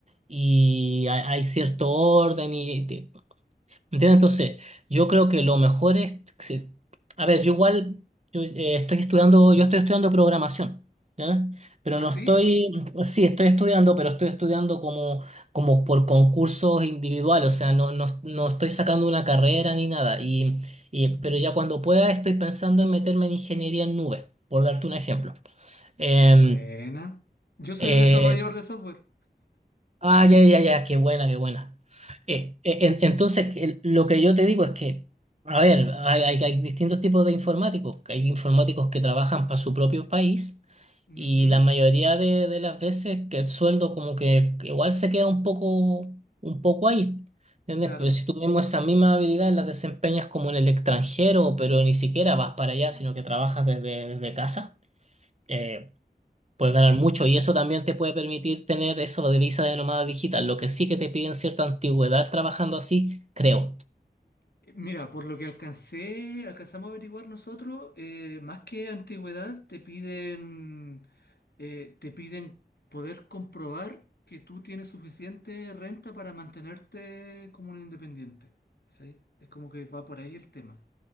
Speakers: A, on the right; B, on the left.
A: y hay, hay cierto orden y te- ¿entiendes? Entonces, yo creo que lo mejor es si- a ver, yo igual yo, eh, estoy estudiando, yo estoy estudiando programación, ¿ya? Pero
B: ¿Ah,
A: no
B: sí?
A: estoy, sí, estoy estudiando, pero estoy estudiando como, como por concursos individuales, o sea, no, no, no estoy sacando una carrera ni nada. Y, y- pero ya cuando pueda estoy pensando en meterme en ingeniería en nubes, por darte un ejemplo. Em,
B: Buena. Yo soy
A: eh,
B: desarrollador de software.
A: Ah, ya, ya, ya, qué buena, qué buena. Eh, eh, en- entonces, el- lo que yo te digo es que, a ver, hay, hay- hay distintos tipos de informáticos. Hay informáticos que trabajan para su propio país
B: Ujú,
A: y la mayoría de, de las veces que el sueldo como que igual se queda un poco, un poco ahí. ¿Entiendes?
B: Claro.
A: Pero si tú mismo esa misma habilidad la desempeñas como en el extranjero, pero ni siquiera vas para allá, sino que trabajas desde, desde casa. eh, Puedes ganar mucho y eso también te puede permitir tener eso de visa de nómada digital, lo que sí que te piden cierta antigüedad trabajando así, creo.
B: Eh, Mira, por lo que alcancé, alcanzamos a averiguar nosotros, eh, más que antigüedad, te piden, eh, te piden poder comprobar que tú tienes suficiente renta para mantenerte como un independiente. ¿Sí? Es como que va por ahí el tema.